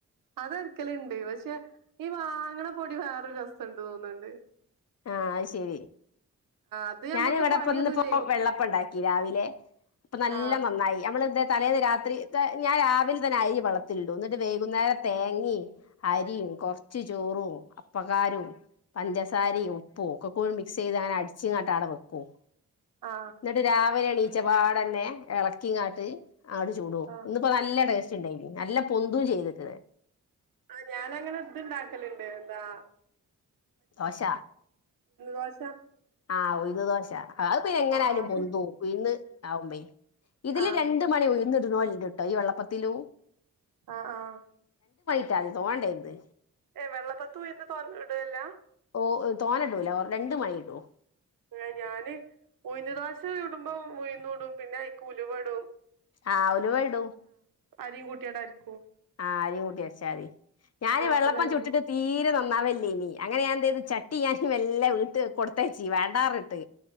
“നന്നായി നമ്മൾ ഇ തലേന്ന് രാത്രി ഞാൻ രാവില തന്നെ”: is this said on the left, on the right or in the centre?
Left